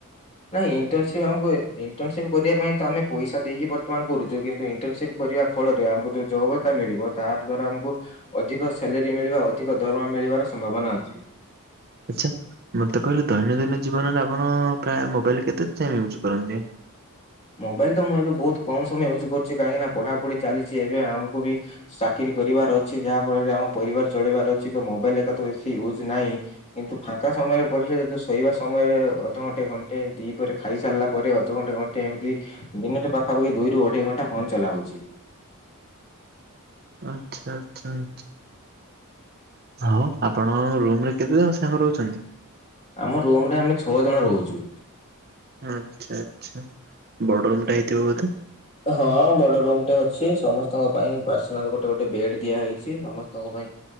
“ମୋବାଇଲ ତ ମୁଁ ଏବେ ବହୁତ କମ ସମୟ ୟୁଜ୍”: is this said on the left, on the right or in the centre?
Left